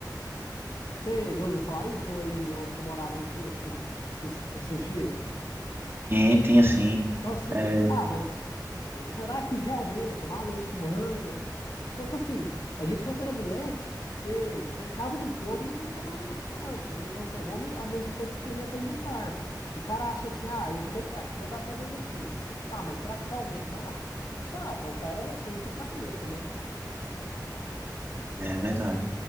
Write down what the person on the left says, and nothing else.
Você já ouviu falar isso? Ou aí onde você morava não tinha essas, essas, essas gírias?
Então, assim,
ah, mas será que realmente é tomar leite com manga? Só que, assim, a gente, quando era moleque, você você entrava no fogo, mas você não tomava leite com manga, entendeu? Então, assim, é igual me- a mesma coisa de suplemento alimentar. O cara acha assim, ah, eu tomei creatina, vou dar pedra nos rins. Tá, mas será que realmente dá? Não sabe, mas o cara tem isso na cabeça, né?